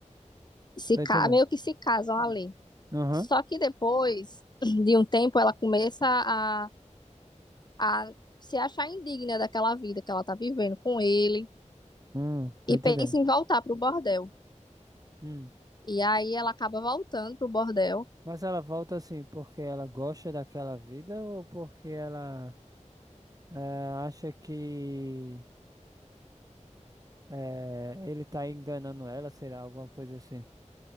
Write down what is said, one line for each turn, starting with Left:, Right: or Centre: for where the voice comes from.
Left: Se,
Right: Tô
Left: ca-
Right: entendendo.
Left: meio que se casam ali.
Right: Aham,
Left: Só que depois <clears throat> de um tempo ela começa a, a se achar indigna daquela vida que ela tá vivendo com ele
Right: hum, tô
Left: e
Right: entendendo.
Left: pensa em voltar pro bordel.
Right: Hum.
Left: E aí ela acaba voltando pro bordel.
Right: Mas ela volta assim porque ela gosta daquela vida ou porque ela eh, acha que eh, ele tá enganando ela, sei lá, alguma coisa assim.